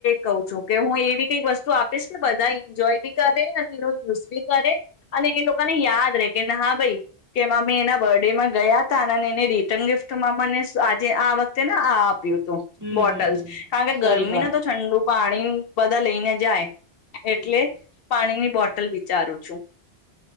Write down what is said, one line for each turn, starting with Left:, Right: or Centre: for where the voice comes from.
Left: કવ છું. કે હું એવી કઈક વસ્તુ આપીશ ને બધા ઈન્જોય બી કરે અને એનો યુઝ બી કરે અને એ લોકાને યાદ રે કે ના હા ભાઈ કે એમાં મેં એના બરડે માં ગયાતા અને એને રિટર્ન ગિફ્ટ મા મને આજે આ વખતે ને આ આપ્યું હતું. તું
Right: હમ હમ
Left: બોટલ્સ
Right: હમ
Left: કારણ કે
Right: સહી
Left: ગરમીને
Right: વાત
Left: તો ઠંડુ પાણી બધા લઈને જાય.
Right: હમ
Left: એટલે પાણીની બોટલ ટલ વિચારું છું.